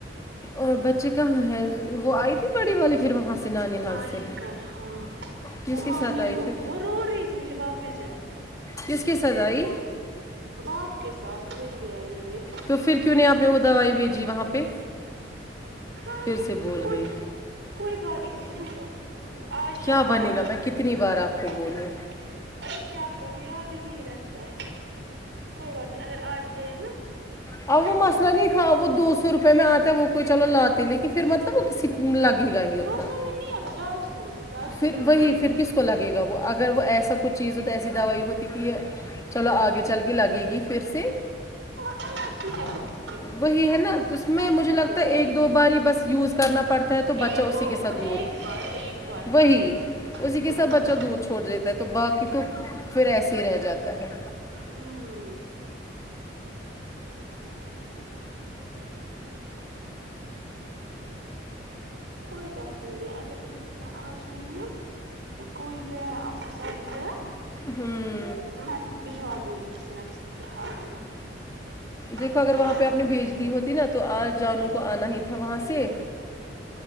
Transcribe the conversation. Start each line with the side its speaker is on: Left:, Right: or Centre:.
Left: اور بچے کہاں ہے وہ آئی تھی بڑی والی پھر وہاں سے نانحال
Right: آئی
Left: سے
Right: کل ہاں
Left: کس
Right: وہ
Left: کے
Right: مانی
Left: ساتھ آئی
Right: وہ
Left: پھر
Right: وہ رو رہی تھی مجھے واپس جانا ہے
Left: کس کے ساتھ آئی
Right: باپ کے ساتھ وہی گیا لینے
Left: تو پھر کیوں نہیں آپ نے وہ دوائی بھیجی وہاں پہ
Right: ہائی
Left: پھر سے بھول
Right: کوئی
Left: گئی
Right: کوئی بات نہیں آو اج
Left: کیا
Right: شاید
Left: بنے
Right: جانا
Left: گا میں
Right: ہے
Left: کتنی بار آپ کو بولوں
Right: تو کیا کرو یاد ہی نہیں رہتا ہے کوئی بات نہیں اگر آج گئے نا
Left: آا وہ
Right: میں بھیجوں
Left: مسلہ نہیں
Right: گی
Left: تھا وہ دو سو روپ پھر میں آتا ہے وہ کوئی چلو لاتے لیکن پھر مطلب وہ کسی لگے گا ہی اتنا
Right: دو سو میں نہیں <unintelligible>
Left: پھر وہی
Right: اوپر
Left: پھر کس لگے گا وہ اگر وہ ایسا کچھ چیز ہو تو ایسی دوائی ہوتی کہ چلو آگے چل کے لگے گی پھر سے
Right: <unintelligible>
Left: وہی ہے نا اس میں مجھے
Right: وہ
Left: لگتا
Right: کس
Left: ہے ایک دو بار ہی بس یوز کرنا پڑتا ہے تو
Right: ایک
Left: بچہ اسی
Right: دو
Left: کے ساتھ دودھ
Right: ایک بار ایک بار بس
Left: وہی اسی کے ساتھ
Right: ہوں
Left: بچہ دودھ چھوڑ دیتا ہے تو باقی تو پھر ایسے ہی رہ جاتا ہے
Right: ہمم کوئی بات نہیں ہے اگر میں آج گئی نا کوئی گیا بھی گیا
Left: ہوں
Right: میں بجوا دوں گی کسی نہ کسی کے ہاتھ میں
Left: دیکھو
Right: کوئی
Left: اگر
Right: مسئلہ
Left: وہاں پہ آپ نے بھیج دی ہوتی نا تو آج جانو کو آنا ہی تھا وہاں سے